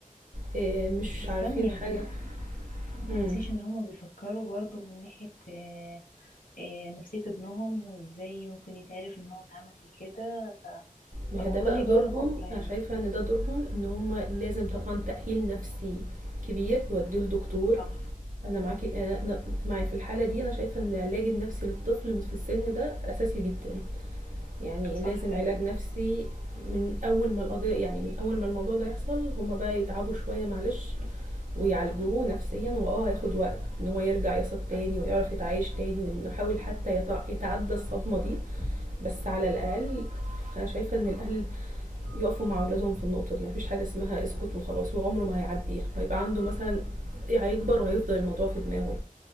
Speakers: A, on the right; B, on the left.
A: آآ مش
B: بس استني
A: عارفين حاجة.
B: ما تنس- ما
A: إمم.
B: تنسيش ان هم بيفكروا برضو من ناحية آه، آه، نفسية ابنهم وازاي ممكن يتعرف ان هو اتعمل في كده ف...
A: ما
B: فالموضوع
A: هي ده بقى
B: ليه
A: دورهم
B: جوانب اخرى يعني
A: انا شايفه ان ده دورهم ان هم لازم طبعا تاهيل نفسي كبير يوديه لدكتور
B: صح
A: انا معاكي انا أنا معي في الحاله دي انا شايفه ان العلاج النفسي للطفل في السن ده اساسي جدا يعني
B: صح
A: لازم
B: فعلا
A: علاج نفسي من اول ما القضيه يعني من اول ما الموضوع ده يحصل هما بقى يتعبوا شويه معلش ويعالجوه نفسيا واه هياخد وقت ان هو يرجع يثق تاني ويعرف يتعايش تاني وانه يحاول حتى يتع- يتعدى الصدمه دي بس على الاقل انا شايفه ان الاهل يقفوا مع اولادهم في النقطه دي مفيش حاجه اسمها اسكت وخلاص وعمره ما هيعديها هيبقى عنده مثلا إيه، هيكبر وهيفضل الموضوع في دماغه